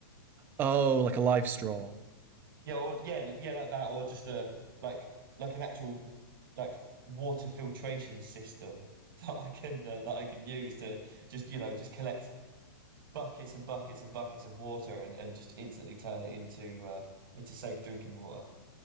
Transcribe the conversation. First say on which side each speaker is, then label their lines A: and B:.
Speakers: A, on the right; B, on the right.
A: Oh, like a life straw.
B: Yeah, or yeah, yeah, like that, or just a like like an actual like f- water filtration system <laughs> that I can uh, that I can use to just you know just collect buckets and buckets and buckets of water and and just instantly turn it into uh, into safe drinking water. <laughs>